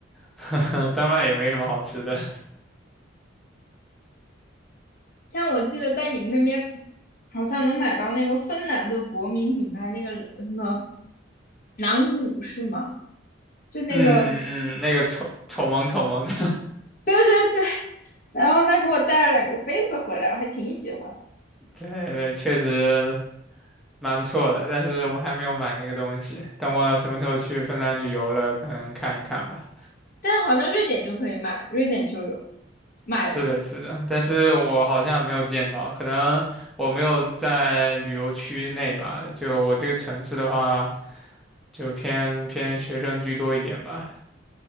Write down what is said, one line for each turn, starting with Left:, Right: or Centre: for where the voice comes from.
Centre: <laughs> 丹麦也没什么好吃的。
Left: 像我记得在你们那边好像能买到那个芬兰的国民品牌那个什么南舞是吗？就那个，
Centre: 嗯嗯，那个丑丑萌丑萌的，
Left: 对对，然后他给我带了两个杯子回来，我还挺喜欢的。
Centre: <laughs> 对对，确实蛮不错的。但是我还没有买那个东西，等我什么时候去芬兰旅游了，可能看一看吧。
Left: 但好像瑞典就可以买，瑞典就有卖的。
Centre: 是的，是的，但是我好像没有见到，可能我没有在旅游区内吧。就我这个城市的话，就偏偏学生居多一点吧。